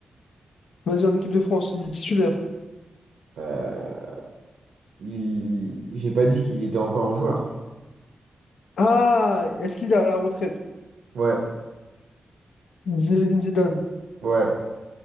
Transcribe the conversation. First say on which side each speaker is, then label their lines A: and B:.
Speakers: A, on the left (about 85°); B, on the right (about 85°).
A: Vas-y, en équipe de France, il est titulaire.
B: Euh, il... J'ai pas dit qu'il était encore un joueur.
A: Ah, est-ce qu'il est à la retraite?
B: Ouais,
A: Zinedine Zidane.
B: ouais.